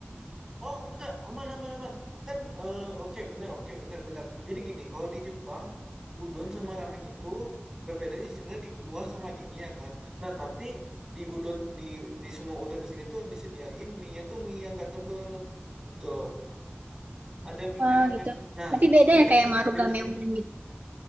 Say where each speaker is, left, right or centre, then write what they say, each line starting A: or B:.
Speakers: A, on the right (about 15°); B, on the right (about 45°).
A: oh enggak, aman, aman, aman. Kan, eh, oke, benar, oke, benar, benar. Jadi gini, kalau di Jepang, udon sama ramen itu berbedanya sebenarnya di kuah sama di mie kan. Nah, tapi di udon, di, di semua udon di sini tuh disediain mie-nya tuh mie yang nggak tebel. Gitu loh. Ada mie
B: Oh
A: kayak ramen.
B: gitu.
A: Nah,
B: Berarti beda
A: jadi
B: ya kayak
A: itu,
B: marugame
A: beda ud-
B: udon gitu.